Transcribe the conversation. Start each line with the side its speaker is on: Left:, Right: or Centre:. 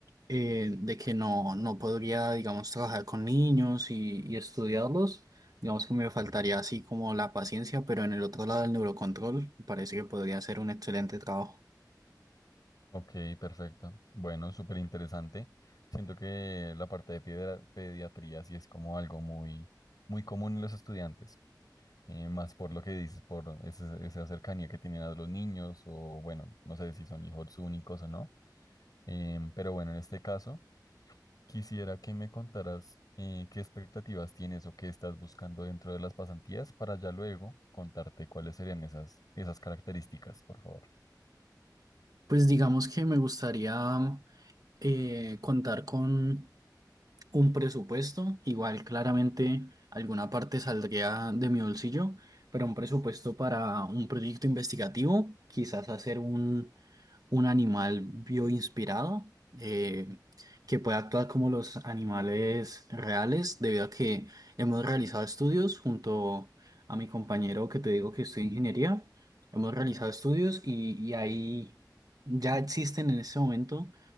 Right: eh, de que no, no podría, digamos, trabajar con niños y, y estudiarlos. Digamos que me faltaría así como la paciencia, pero en el otro lado del neurocontrol parece que podría ser un excelente trabajo.
Left: ok, perfecto. Bueno, súper interesante. Siento que la parte de piedra- pediatría sí es como algo muy, muy común en los estudiantes. eh, más por lo que dices, por ese- esa cercanía que tienen a los niños o bueno, no sé si son hijos únicos o no. Em, pero bueno, en este caso, quisiera que me contaras eh, qué expectativas tienes o qué estás buscando dentro de las pasantías para ya luego contarte cuáles serían esas, esas características, por favor.
Right: Pues digamos que me gustaría eh, contar con un presupuesto, igual claramente alguna parte saldría de mi bolsillo, pero un presupuesto para un proyecto investigativo, quizás hacer un un animal bioinspirado eh, que puede actuar como los animales reales, debido a que hemos realizado estudios junto a mi compañero que te digo que estudia ingeniería. Hemos realizado estudios y, y ahí ya existen en este momento